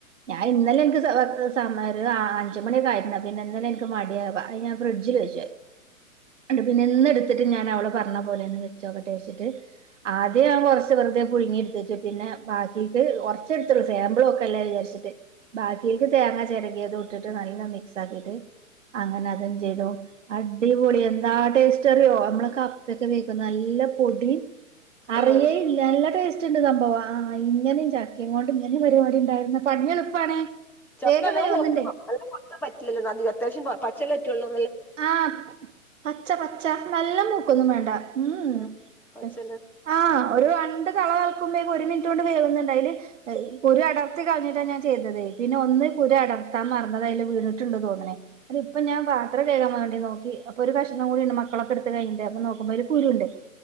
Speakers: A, on the right (about 60°); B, in the centre.
A: ഞാൻ ഇന്നലെ എനിക്ക് സമയം ഒരു അഞ്ച് മണിയൊക്കെ പിന്നെ ഇന്നലെ എനിക്ക് മടിയവാ ഫ്രിഡ്ജിൽ വെച്ചത് പിന്നെ ഇന്ന് എടുത്തിട്ട് ഞാൻ അവള് പറഞ്ഞ പോലെന്ന് വെച്ചോക്കെ വെച്ചിട്ട് ആദ്യം ഞാൻ കുറച്ച് വെറുതെ പുഴുങ്ങി എടുത്തച്ച് പിന്നെ ബാക്കിക്ക് ഒന്നെടുത്തുള്ളൂ സാമ്പിൾ നോക്ക എല്ലാം വിചാരിച്ചിട്ട് ബാക്കിക്ക് തേങ്ങ ചിരകിയതും ഇട്ടിട്ട് നല്ല മിക്സ് അങ്ങനെ അതും ചെയ്തു ആഹ് അടിപൊളി എന്താ ടേസ്റ്റ് അറിയോ നമ്മളെ കപ്പൊക്കെ വക്കും നല്ല പൊടി അറിയേല്ല
B: ആ
A: നല്ല ടേസ്റ്റ് ഉണ്ട് സംഭവ ആ ഇങ്ങനെയും ചക്കയും ക്കൊണ്ട് ഇങ്ങനും പരിപാടി ഉണ്ടായിരുന്നു പണി എളുപ്പാണ്
B: ചക്ക
A: വേഗം
B: നല്ലോണം
A: വേവുന്നുണ്ട്
B: പഴുക്കണം നല്ല പറ്റില്ലല്ലോ അക അത്യാവശ്യം പച്ചലറ്റള്ള
A: ആഹ് പച്ച പച്ച നല്ല മൂക്കൊന്നും വേണ്ട ഉം
B: ആഹ് പച്ചല
A: ഉം ആഹ് ഒരു രണ്ട് തള തളക്കുമ്പോഴേക്ക് ഒരു മിനിറ്റ് കൊണ്ട് വേവുന്നുണ്ട് അയ്ല് കുരു അടർത്തി കളഞ്ഞിട്ടാ ഞാൻ ചെയ്തത് പിന്നെ ഒന്ന് കുരു അടർത്താൻ മറന്നത് അയ്ല് വീണിട്ടുണ്ട് തോന്നണ് അത് ഇപ്പൊ ഞാൻ പറ ത്രം കഴുകാൻ വേണ്ടി നോക്കിപ്പൊ ഒരു കഷണം കൂടിയുണ്ട് മക്കളൊക്കെ എടുത്ത് കഴിഞ്ഞിട്ട് നോക്കുമ്പോ ഒരു കുരുണ്ട്